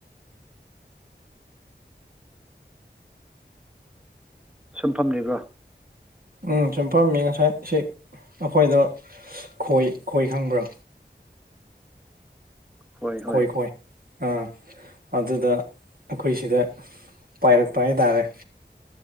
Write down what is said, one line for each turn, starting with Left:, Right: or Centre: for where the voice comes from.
Centre: ꯁꯨꯝꯐꯝꯂꯤꯕ꯭ꯔꯣ
Right: ꯎꯝ ꯁꯨꯝ ꯐꯝꯃꯤ ꯉꯁꯥꯏ ꯁꯤ ꯑꯩꯈꯣꯏꯗ ꯈꯣꯏ ꯈꯣꯏ ꯈꯪꯕ꯭ꯔꯥ
Centre: ꯍꯣꯏ
Right: ꯈꯣꯏ
Centre: ꯍꯣꯏ
Right: ꯈꯣꯏ ꯑꯥ ꯑꯗꯨꯗ ꯑꯩꯈꯣꯏ ꯁꯤꯗ ꯄꯥꯏꯔꯛꯄ ꯍꯥꯏꯇꯥꯔꯦ